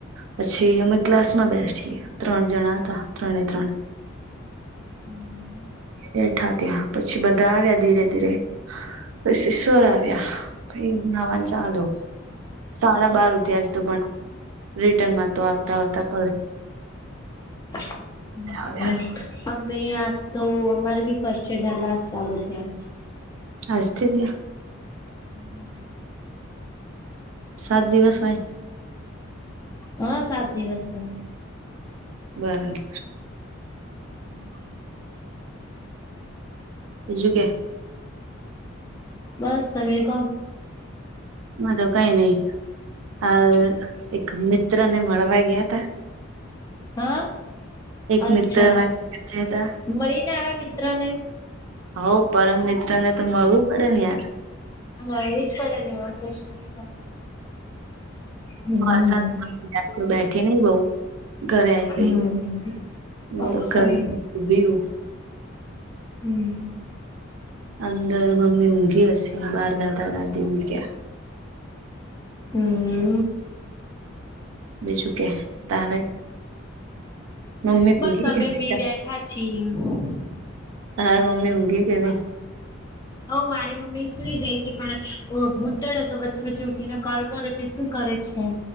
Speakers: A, on the right (about 75°); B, on the left (about 20°).
A: પછી અમે ક્લાસ માં બેઠી ત્રણ જણા હતા. ત્રણે ત્રણ
B: હમ.
A: બેઠા ત્યાં પછી બધા આવ્યા ધીરે ધીરે પછી સર આવ્યા પહિ નાવા ચાલો સાડા બાર ઉધી આજ તો ભ રિટર્નમાં તો આવતા આવતા પ
B: <inaudible>
A: આવ્યા
B: પછી અમે આજ તો અમારે બી ફસ્ટ ના ક્લાસ ચાલુ થાય.
A: આજ થી ત્યાં
B: હમ્મ.
A: સાત દિવસ હોય
B: હ સાત દિવસ હોય
A: બરાબર
B: હમ્મ.
A: બીજું કે
B: બસ તમે કહો
A: બધુ કઈ નઈ હાલ એક મિત્ર ને મળવા ગયા તા
B: હા
A: એક
B: અચ્છા
A: મિત્ર ના ઘરે હતા
B: મળીને આયા મિત્ર ને
A: હઓ પરમ મિત્ર ને તો મળવું પડે ને યાર
B: હા એજ પડે વા <unintelligible> હમ
A: વરસાદ બેઠી નહિ બહુ ઘરે આવી
B: હમ
A: ગઈ હ
B: અચ્છા
A: તો ઘર
B: હમ
A: ઉભી રહું
B: હમ્મ.
A: અંદર મમ્મી ઊંઘી હશે બાર દાદા દાદી ઊંઘ્યા.
B: હમ્મ હમ્મ.
A: બીજું કે તારે મમ્મી
B: બસ
A: <unintelligible>
B: અમે બી બેઠા છીએ હઉ
A: હાર મમ્મી ઊગી કે ની
B: હઓ મારી મમ્મી સુઈ જાય છે પણ ભૂચડ તો વચ્ચે વચ્ચે ઉઠીને કોલ કરે શું કરે છે એ